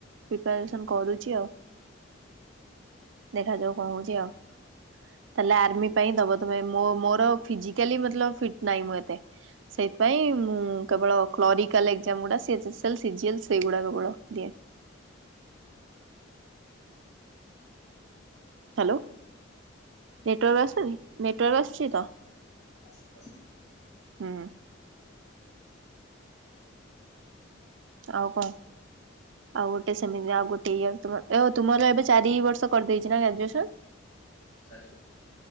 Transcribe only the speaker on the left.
ଆସୁଛି ଆସୁଛି।
ଚାରି।